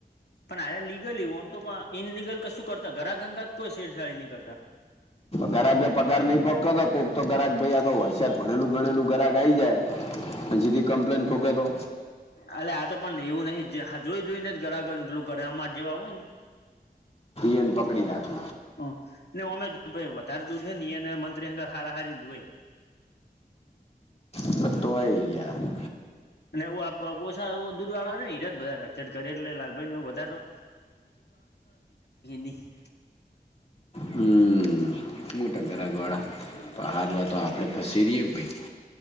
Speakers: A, on the left; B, on the left.
A: પણ આ લીગલવું આમ તોઈ ઈનલિગલ કશું કરતા ઘરા ઘધા જ કોઈ શેરછાડી નહીં કરતા
B: ગરાક ને પગાર નઈ પક્યો કોઈક તો ગરાક ભયા તો હોશિયાર ભણેલું ગણેલું ગરાક આઈ જાય અને સીધી કમ્પ્લેન ઠોકે તો
A: અલે આ તો પણને એવું નહ જોઈ જોઈ ને જ ગરાગ પેલું કરે અમાર જેવા હોય ને
B: એને પકડી રાખો
A: હ ને અમે વધારે દૂધે નહી અને મંત્રી અંગર હારા હારી હોય
B: તોય આઈ ગ્યા
A: અને ઓછા દૂધ વાળા આવે ને હીરા વધ હાર કરે એટલે લાલભાઈ ને વધરો <unintelligible>
B: હમ્મ મોટા ગરા ગ વાળા હારવા તો આપડે ફસી દઈએે ભાઈ